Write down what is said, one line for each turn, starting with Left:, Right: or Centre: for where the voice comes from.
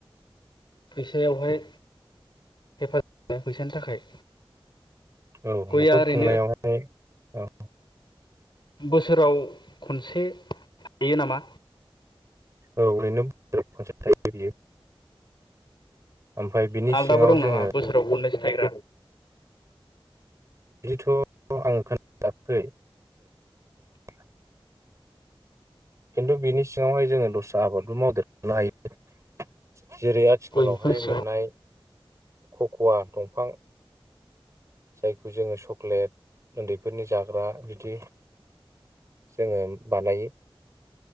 Left: फैसायावहाय हेफाजाब फैसानि थाखाय
Right: औ
Left: गया
Right: नखर
Left: ओरैनो
Right: खुंनायावहाय औ
Left: बोसोराव खनसे थायो नामा?
Right: औ ओरैनो बोसोरा खनसे थायो बियो। ओमफ्राय बिनि
Left: आलदाबो
Right: सिङाव
Left: दं
Right: जोङो
Left: नामा बोसोराव खननैसो थाइग्रा?
Right: बिदिथ आं खोनायाखै <unintelligible> खिन्थु बिनि सिङावहाय जोङो दस्रा आबादबो मावदेरनो हायो जेरै आथिखालावहाय
Left: गय बिफां सिं
Right: मोननाय ख खवा दंफां जायखौ जोङो चक्लेट उन्दैफोरनि जाग्रा बिदि जोङो बानायो